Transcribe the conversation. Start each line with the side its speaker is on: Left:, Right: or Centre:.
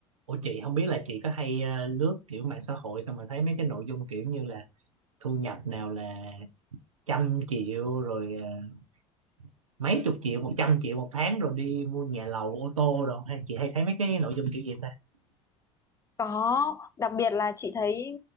Right: Ủa chị không biết là chị có hay ờ, lướt kiểu mạng xã hội xong rồi thấy mấy cái nội dung kiểu như là thu nhập nào là trăm triệu rồi ờ, mấy chục triệu một trăm triệu một tháng rồi đi mua nhà lầu ô tô rồi hay chị hay thấy mấy cái nội dung kiểu gì ta
Left: Có, đặc biệt là chị thấy